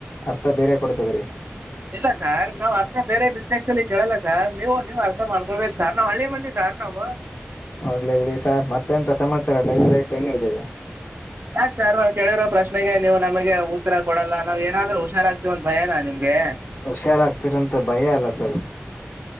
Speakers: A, on the left; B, on the right.
A: ಅರ್ಥ ಬೇರೆ ಕೊಡ್ತದೆ ರೀ
B: ಇಲ್ಲ ಸಾರ್ ನಾವ್ ಅರ್ಥ ಬೇರೆ ಮಿಸ್ಟೇಕ್ಸ್ ಅಲ್ಲಿ ಕೇಳಲ್ಲ ಸಾರ್ ನೀವು ನೀವ್ ಅರ್ಥ ಮಾಡ್ಕೊಳ್ಬೇಕು ಸಾರ್ ನಾವ್ ಹಳ್ಳಿ ಮಂದಿ ಸಾರ್ ನಾವು
A: ಹೋಗ್ಲೇ ಬಿಳಿ ಸಾರ್ ಮತ್ತೆಂತ ಸಮಾಚಾರ ಡೈಲಿ ಐ ಲೈಫ್ ಹೆಂಗ ನಡ್ದಿದೆ
B: ಯಾಕ ಸರ್ ನಾವು ಕೇಳಿರೋ ಪ್ರಶ್ ನೀವು ನಮಗೆ ಉತ್ತರ ಕೊಡಲ್ಲ ನಾವು ಏನಾದ್ರೂ ಹುಷಾರಾಗ್ತೀವ ಅಂತ ಭಯನ ನಿಮ್ ದೆ
A: ಹುಷಾರಾಗ್ತಿರಂತ ಭಯ ಅಲ್ಲ ಸರ್